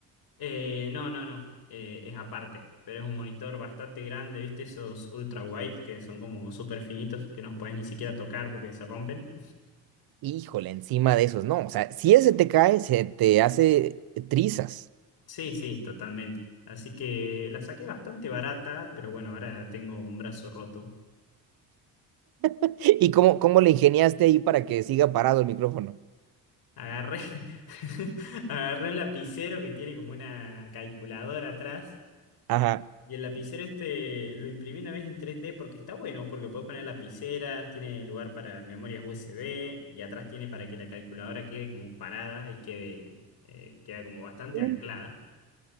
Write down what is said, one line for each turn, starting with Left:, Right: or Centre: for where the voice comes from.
Left: Eh, no, no, no, eh, es aparte, pero es un monitor bastante grande, ¿viste? Esos ultra wide que son como súper finitos que no puedes ni siquiera tocar porque se rompen.
Right: Híjole, encima de esos, no. O sea, si ese te cae, se te hace trizas.
Left: Sí, sí, totalmente. Así que la saqué bastante barata, pero bueno, ahora tengo un brazo roto.
Right: <laughs> ¿Y cómo, cómo le ingeniaste ahí para que siga parado el micrófono?
Left: Agarré, <laughs> agarré un lapicero que tiene como una calculadora atrás.
Right: Ajá.
Left: Y el lapicero este lo imprimí una vez en 3D porque está bueno, porque puedes poner lapiceras, tiene lugar para memorias USB y atrás tiene para que la calculadora quede como parada y quede, eh, queda como bastante
Right: Mm.
Left: anclada.